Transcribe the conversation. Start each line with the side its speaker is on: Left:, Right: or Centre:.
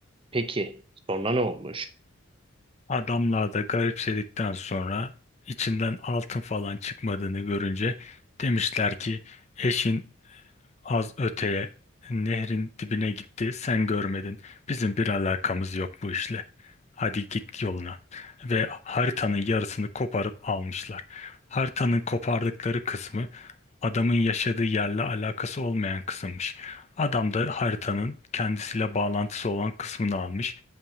Right: Peki sonra ne olmuş?
Left: Adamlar da garipsedikten sonra içinden altın falan çıkmadığını görünce demişler ki eşin az öteye nehrin dibine gitti sen görmedin. Bizim bir alakamız yok bu işle. Hadi git yoluna. Ve haritanın yarısını koparıp almışlar. Haritanın kopardıkları kısmı adamın yaşadığı yerle alakası olmayan kısımmış. Adam da haritanın kendisiyle bağlantısı olan kısmını almış.